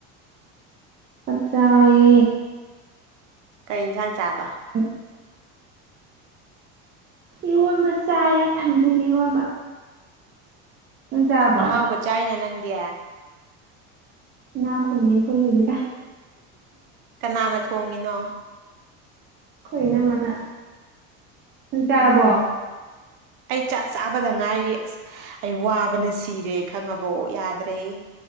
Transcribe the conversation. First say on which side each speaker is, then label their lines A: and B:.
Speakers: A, on the right; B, on the right.
A: ꯆꯥꯛ ꯆꯥꯔꯦ
B: ꯀꯩ ꯌꯦꯟꯁꯥꯡ ꯆꯥꯕ
A: ꯍ <inaudible> ꯏꯔꯣꯟꯕ ꯆꯥꯏꯌꯦ ꯊꯟꯖꯤꯡ ꯏꯔꯣꯟꯕ ꯅꯪ ꯆꯥꯔꯕꯣ
B: ꯑꯍꯥꯎꯕ ꯆꯥꯏꯅ ꯅꯪꯗꯤ
A: ꯢꯅꯥꯛ ꯈꯨꯟꯕꯤꯪꯑꯩꯈꯣꯢꯒꯤꯅꯤꯗ
B: ꯀꯅꯥꯅ ꯊꯣꯡꯉꯤꯅꯣ
A: ꯑꯩꯈꯣꯏ ꯅꯝꯕꯅ ꯅꯪ ꯆꯥꯔꯕꯣ
B: ꯎꯝ ꯑꯩ ꯆꯥꯛ ꯆꯥꯕꯗ ꯉꯥꯏꯔꯤ ꯑꯁ ꯑꯩ ꯋꯥꯕꯅ ꯁꯤꯔꯦ ꯈꯪꯉꯕ ꯌꯥꯗ꯭ꯔꯦ